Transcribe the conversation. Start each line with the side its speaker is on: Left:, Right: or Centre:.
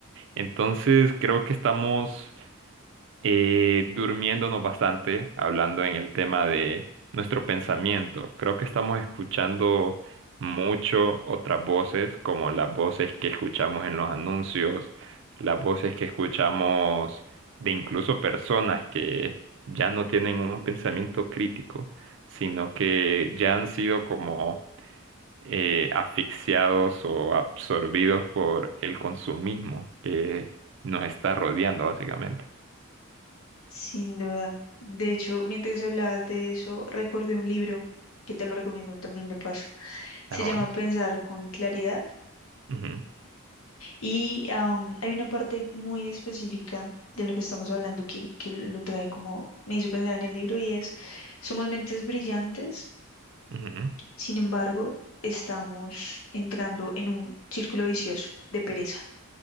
Right: Entonces creo que estamos eh, durmiéndonos bastante, hablando en el tema de nuestro pensamiento. Creo que estamos escuchando mucho otras voces, como las voces que escuchamos en los anuncios, las voces que escuchamos de incluso personas que ya no tienen un pensamiento crítico, sino que ya han sido como eh, asfixiados o absorbidos por el consumismo que nos está rodeando básicamente.
Left: sin duda. De hecho, mientras hablabas de eso, recordé un libro que te lo recomiendo también de paso. Se
Right: Ah,
Left: llama
Right: bueno.
Left: Pensar con claridad
Right: Ujú,
Left: Y am, hay una parte muy específica de lo que estamos hablando que, que lo trae como, me hizo pensar en el libro y es, somos mentes brillantes,
Right: ujú.
Left: sin embargo, estamos entrando en un círculo vicioso de pereza.